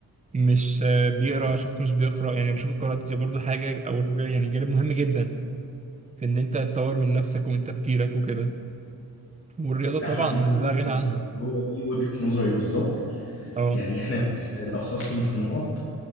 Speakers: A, on the right; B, on the left.
A: مش آه، بيقرا شخص مش بيقرا يعني بشوف القراءه دي برضو حاجه او يعني جانب مهم جدا في ان انت تطور من نفسك ومن تفكيرك وكده والرياضه
B: ده
A: طبعا
B: حقيقي
A: لا غنى عنها
B: هو دي وجهة نظري بالظبط
A: اه
B: يعني احنا ممكن نلخصهم في نقط